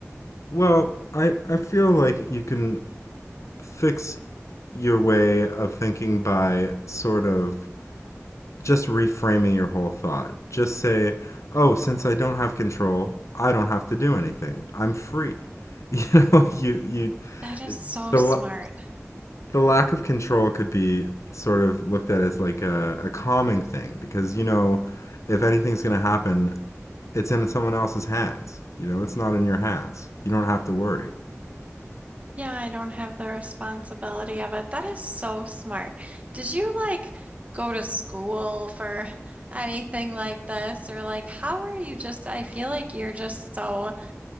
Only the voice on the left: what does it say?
Well, I, I feel like you can fix your way of thinking by sort of just reframing your whole thought. Just say, "Oh, since I don't have control, I don't have to do anything. I'm free." <laughs> You know, you you
the
la- the lack of control could be sort of looked at as like a, a calming thing because you know if anything's going to happen, it's in someone else's hands. You know, it's not in your hands. You don't have to worry.